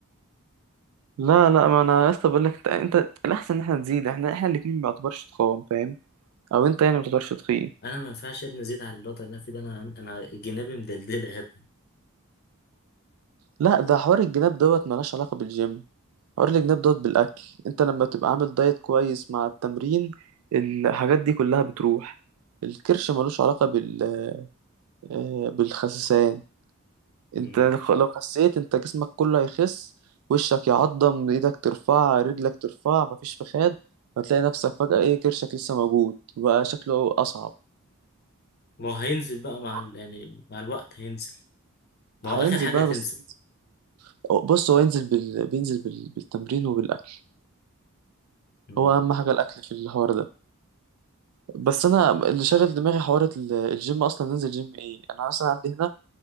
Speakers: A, on the right (about 80°); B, on the left (about 45°).
A: لا لا ما انا لسه بقول لك انت انت الاحسن ان احنا نزيد احنا احنا الاتنين ما بنعتبرش تخان فاهم او انت يعني ما بتعتبرش تخين
B: انا ما ينفعش يا ابني ازيد على الوضع اللي انا فيه ده انا انا جنابي مدلدله يا ابني
A: لا ده حوار الجناب دوت ملهاش علاقة بالجيم حوار الجناب دوت بالاكل انت لما تبقى عامل دايت كويس مع التمرين الحاجات دي كلها بتروح الكرش ملوش علاقة بال آه، بالخسسان انت
B: مم.
A: لو خسيت انت جسمك كله هيخس وشك يعضم ايدك ترفع رجلك ترفع مفيش فخاد هتلاقي نفسك فجأة ايه كرشك لسه موجود وبقى شكله أصعب
B: ما هو هينزل بقى
A: فهو
B: مع ال... يعني مع الوقت هينزل ما
A: هينزل
B: هو اخر حاجه
A: بقى
B: هتنزل
A: بس بينزل بص هو ينزل بال... بينزل بال... بالتمرين وبالأكل
B: مم.
A: هو أهم حاجة الأكل في الحوار ده بس أنا اللي شاغل دماغي حوار ال- الجيم أصلا ننزل جيم إيه أنا أصلا عندي هنا